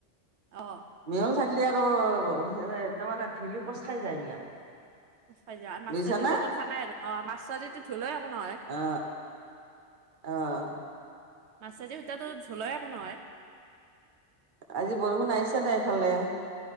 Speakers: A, on the right; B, on the right.
A: অ'।
B: মিহল থাকিলে আৰু তাৰ মানে ধূলি পচ খাই যায় এইবিলাক।
A: <unintelligible> য মাছ
B: বুজিছা
A: চ যটো
B: না
A: কথা নাই আৰু, অ', মাছ <unintelligible> ধুলেও একো নহয়।
B: অ অ'।
A: <unintelligible> সূতাটো ধুলেও একো নহয়।
B: আজি বৰষুণ আহিছেনে নাই ইফালে?